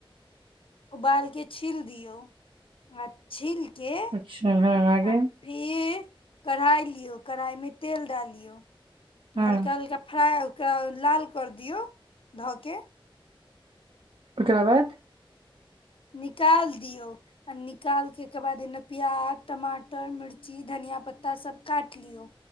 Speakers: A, on the left; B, on the right.
A: उबाल के छील दियौ आ छील के
B: अच्छा हँ आगे
A: आ फेर कढ़ाइ लियौ कढ़ाइमे तेल डालियौ
B: हँ
A: हल्का हल्का फ्रा ओकरा लाल कर दियौ धऽके
B: ओकराबाद
A: निकाल दियऔ आ निकाल के के बाद एमे प्याज टमाटर मिर्ची धनिया पत्ता सब काट लियो